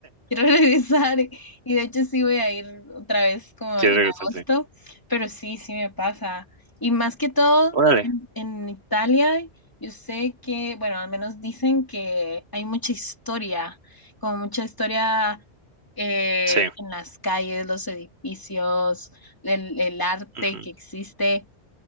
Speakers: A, on the left; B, on the right.
A: quiero <laughs> regresar y de hecho sí voy a ir otra vez como
B: quiere
A: en
B: regresar,
A: agosto,
B: sí.
A: pero sí, sí me pasa. Y más que todo,
B: Órale.
A: en, en Italia, yo sé que, bueno, al menos dicen que hay mucha historia, como mucha historia eh,
B: Sí,
A: en las calles, los edificios, el el arte
B: ujú,
A: que existe